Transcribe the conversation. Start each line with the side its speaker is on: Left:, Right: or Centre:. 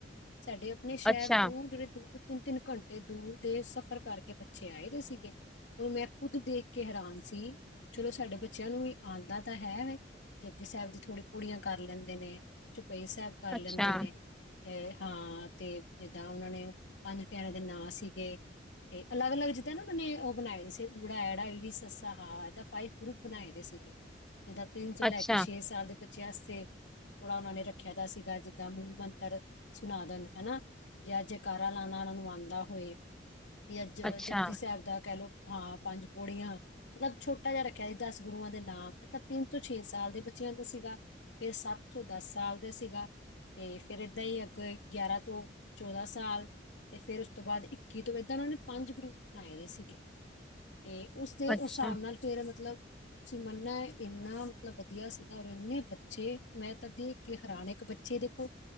Left: ਸਾਡੇ ਆਪਣੇ ਸ਼ਹਿਰ
Centre: ਅੱਛਾ
Left: ਤੋਂ। ਜਿਹੜੇ ਦੋ- ਦੋ, ਤਿੰਨ- ਤਿੰਨ, ਘੰਟੇ ਦੂਰ ਦੇ, ਸਫ਼ਰ ਕਰਕੇ ਬੱਚੇ ਆਏ ਦੇ ਸੀਗੇ। ਹੁਣ, ਮੈਂ ਖੁੱਦ ਦੇਖ ਕੇ, ਹੈਰਾਨ ਸੀ। ਚਲੋ ਸਾਡੇ ਬੱਚਿਆਂ ਨੂੰ ਵੀ, ਆਂਦਾ ਤਾਂ ਹੈ ਵੈ। ਜੁਪਜੀ ਸਾਹਿਬ, ਦੀ ਥੋੜੀ ਪੂੜੀਆਂ ਕਰ ਲੈਂਦੇ ਨੇ। ਝੁਪਈ ਸਾਹਿਬ ਕਰ ਲੈਂਦੇ
Centre: ਅੱਛਾ
Left: ਨੇ। ਅ ਹਾਂ, ਤੇ ਜਿੱਦਾਂ ਉਹਨਾਂ ਨੇ ਪੰਜ ਪਿਆਰਿਆਂ, ਦੇ ਨਾਂ ਸੀਗੇ। ਤੇ ਅਲੱਗ- ਅਲੱਗ, ਜਿੱਦਾਂ ਨਾ ਉਹਨਾਂ ਨੇ, ਉਹ ਬਣਾਏ ਸੀ। ੳ, ਅ, ੲ, ਸ, ਹ। ਇਹਦਾ ਫਾਈਵ ਗਰੁੱਪ ਬਣਾਏ ਦੇ ਸੀ। ਜਿੱਦਾਂ, ਤਿੰਨ ਤੋ ਲੈ
Centre: ਅੱਛਾ
Left: ਕੇ, ਛੇ, ਸਾਲ ਦੇ ਬੱਚੇਆਂ ਵਾਸਤੇ। ਥੋੜਾ ਉਹਨਾ ਨੇ, ਰੱਖਿਆ ਦਾ ਸੀਗਾ। ਜਿੱਦਾਂ ਮੂਲ ਮੰਤਰ, ਸੁਨਾਦਨ ਹਨਾ। ਜਾਂ ਜੈਕਾਰ ਲਾਣਾ ਉਹਨਾਂ ਨੂੰ, ਆਉਂਦਾ ਹੋਏ। ਜਾਂ
Centre: ਅੱਛਾ
Left: ਜੂਪਜੀ ਸਾਹਿਬ, ਦਾ ਕਹਿ ਲੋੋ ਹਾਂ, ਪੰਜ ਪੌੜੀਆਂ। ਮਤਲਬ ਛੋਟਾ ਜਿਹਾ ਰੱਖਿਆ ਸੀ। ਦਸ ਗੁਰੂਆਂ ਦੇ ਨਾਮ, ਮਤਲਬ ਤਿੰਨ ਤੋਂ ਛੇ ਸਾਲ, ਦੇ ਬੱਚਿਆਂ ਦਾ ਸੀਗਾ। ਫੇਰ ਸੱਤ ਤੋ ਦਸ ਸਾਲ, ਦਾ ਸੀਗਾ। ਤੇ ਫੇਰ, ਏਦਾਂ ਹੀ, ਅੱਗ ਗਿਆਰਾਂ ਤੋਂ ਚੌਦਾਂ ਸਾਲ। ਤੇ ਫੇਰ ਉਸ ਤੋਂ ਬਾਅਦ, ਇੱਕੀ ਤੋਂ ਇੱਦਾਂ ਉਹਨਾਂ ਨੇ। ਪੰਜ ਗਰੁੱਪ ਬਣਾਏ ਦੇ ਸੀਗੇ। ਤੇ ਉਸਦੇ,
Centre: ਅੱਛਾ
Left: ਹਿਸਾਬ ਨਾਲ ਫੇਰ ਮਤਲਬ। ਤੁਸੀਂ ਮੰਨਨਾ ਏ। ਇੰਨਾ ਮਤਲਬ ਵਧੀਆ ਸੀਗਾ। ਔਰ ਇੰਨੇ ਬੱਚੇ। ਮੈਂ ਤਾਂ ਦੇਖ ਕਿ ਹੈਰਾਨ ਇੱਕ ਬੱਚੇ ਦੇਖੋ,